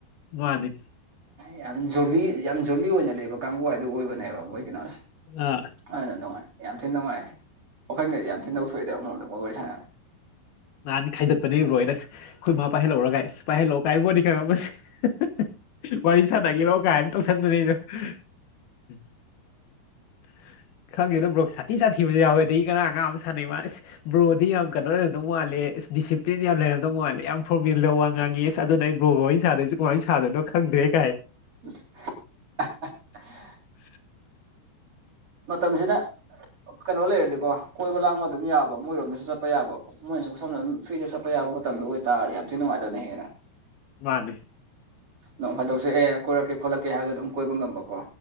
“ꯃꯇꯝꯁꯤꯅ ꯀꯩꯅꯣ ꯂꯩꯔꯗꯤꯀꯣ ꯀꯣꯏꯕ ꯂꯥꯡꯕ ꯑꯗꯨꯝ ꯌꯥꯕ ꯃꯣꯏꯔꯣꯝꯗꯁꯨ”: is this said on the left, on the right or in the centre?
Right